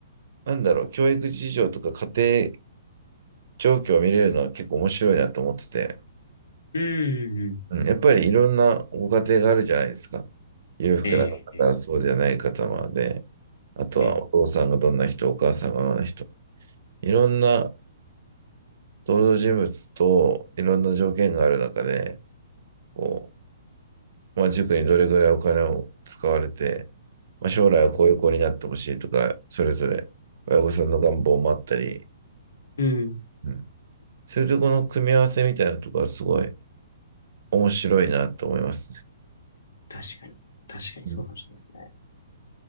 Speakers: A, on the right (about 65°); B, on the left (about 85°).
A: なんだろう、教育事情とか家庭状況を見れるのは結構面白いなと思ってて、
B: うん、うん、
A: うん、やっぱりいろんなご家庭があるじゃないですか。裕福な方からそうじゃない方まで、
B: ええ、
A: あとはお父さんがどんな人、
B: ええ、
A: お母さんがどんな人、いろんな登場人物といろんな条件がある中で、こう、まあ、塾にどれぐらいお金を使われて、まあ、将来はこういう子になってほしいとか、
B: うん、
A: それぞれ親御さんの願望もあったり、
B: うん
A: うん、そういうとこの組み合わせみたいなところはすごい面白いなと思いますね。
B: 確かに。確かにそうかもしれないですね。
A: うん、